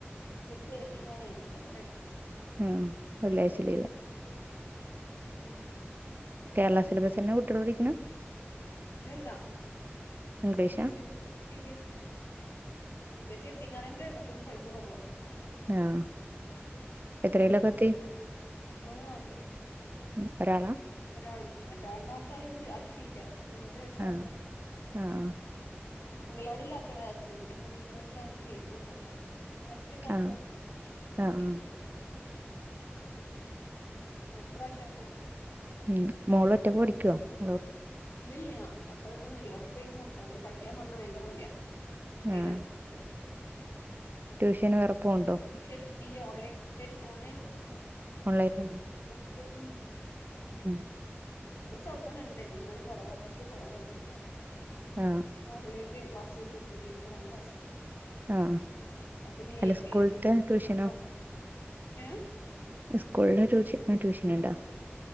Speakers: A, on the left; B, on the right.
A: ഇവർക്ക് യെത്തിങ്കാനെയ അപ്പങ്ങന
B: ആഹ വെള്ളിയാഴ്ച ലീവ്
A: ആഹ
B: കേരള സിലബസ് എന്നെ കുട്ടിയള് പഠിക്കണ
A: ഇല്ല
B: ഇംഗ്ലീഷാ
A: സി ബി എസ് സി എന്നെ C B S E C B S C എത്തിങ്കാനന്റാണ് ഇപ്പ പൈസ കൊറവ
B: ആഹ എത്രലൊക്കത്തി
A: പിന്നെണ്ട് ഓള് നാലില്
B: ഉ ഒരാളാ
A: ഒരാൾ മറ്റ രണ്ടാളത്താളെ ആക്കിട്ടില്ല നാല് വയസ്സാവും
B: ആഹ് ആഹ്
A: അംഗലാടിൽ ആക്കണാർച്ച പിന്നെയ ഇര്ന്ന് കൊടുക്കാനൊന്നും കഴൂല പോയാല് റെസ്റ്റ് ഒക്കെ ആയപ്പളോ
B: ആഹ് ആഹ് ആഹ്
A: ആക്കിട്ടില്ല അടുത്ത പ്രാവശ്യം ആക്കണം
B: മം മോള ഒറ്റക്ക പടിക്കുവോ
A: ഇല്ലല്ല അപ്പൊ ഒപ്പർന്ന പഠിക്കാൻ പറഞ്ഞ ഭയങ്കര മടിയ
B: ആഹ്
A: എയ്താ ക്കെ
B: ട്യൂഷന് വേറെപ്പോവ്ണ്ടോ
A: ട്യൂഷൻ ഇല്ല ഓൺലൈൻ ഓൺലൈൻ കൊടുക്കുന്നുണ്ട
B: ഓൺലൈൻൽണ്ട്
A: ഉ ഉം
B: ഉം
A: മദ്രസടെത്തന്നെ ഉണ്ട പിന്നെന്നാലും കുറവ മദ്രസ കൊറവ <unintelligible>
B: ആഹ്
A: പിന്നെ ഓൺലൈല് ക്ലാസ് വെച്ചെടുത്തേക്ക ഇനിപ്പോ രണ്ട് <unintelligible>
B: ആഹ് അല്ല സ്കൂൾത്തെ ട്യൂഷനോ
A: അപ്പ <unintelligible> ഏ
B: സ്കൂളിലാ ട്യൂഷൻ ആ ട്യൂഷൻ ഉണ്ടോ